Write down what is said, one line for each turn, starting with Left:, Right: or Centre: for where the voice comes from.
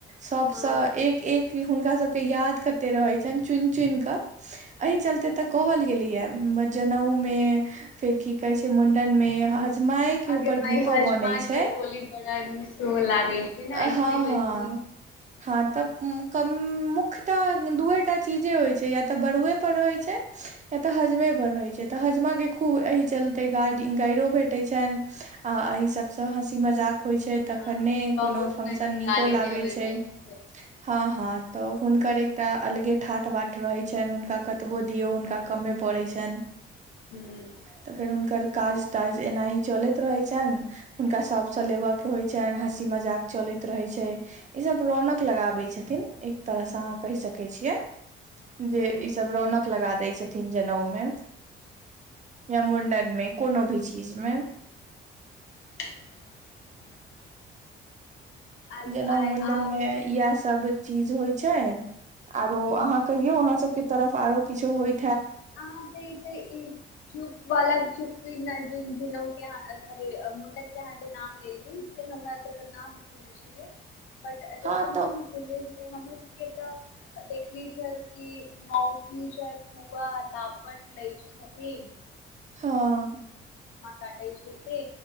Right: सबसं
Left: हँ
Right: एक एक हुनका सब के याद कते रहै छनि चुनि चुनि कऽ एहि चलते कहल गेलई ह जनउ में फिर की कहैइ छैइ मूंडन में माय के
Left: अगे
Right: ऊपर
Left: माइ
Right: गीतो
Left: हजमा
Right: बनैई छैई
Left: के बोली बड़ा निसोह लागै छै ने
Right: हँअ्
Left: इसने कोइ
Right: हँअ्
Left: कोइ
Right: हां तऽ मुख्य तऽ दूए टा चीजे होइत छैइ या तऽ बड़ुए पर रहैत छैइ ए तऽ हजमे बड़ रहै छैइ त हजमा के खूब एहि चलते गा गाइरो भेंटैइ छनि आ एहि सब से हँसी मजाक होइ छैइ तखने
Left: हँ बहुत
Right: कोनो फंक्शन
Left: रंग के
Right: नीको
Left: गाली
Right: लागैइ
Left: देवल
Right: छैइ
Left: जाइ छै
Right: हँअ् हँअ् तऽ हुनकर एकटा अलगे ठाठ बाठ रहैत छनि हुनका कतबो दियौ हुनका कमे पड़ैइ छैनि
Left: हुं
Right: तऽ फेर हुनकर काज ताज एना ही चलैत रहे छन हुनका सब से लेबे के होय छनि हँसी मजाक चले रहै छै ई सब रौनक लगाबै छथिन एक तरह से अहाँ कैह सकै छियै
Left: हुं
Right: जे ईसभ रौनकनक लगा दै छथिन जनेउमे या मुण्डनमे कोनो भी चीजमे
Left: <inaudible> आ
Right: जेनाउ मुण्डन
Left: आउ
Right: मे इएह सब चीज होइ छै आरो अहाँ कहियो अहाँ सबके तरफ आरो किछो होय
Left: आ त ई त ई चुप वाला चुप इ न के स मुडन के अहाँ जे नाम लेली से हमरा ए नाम सुनने छल बट जेितना
Right: हँ तऽ
Left: हम सुल हमरा सबके त देखले छ कि मौसी छै फूआ लापट लै जा जे
Right: हँ
Left: काटे छै से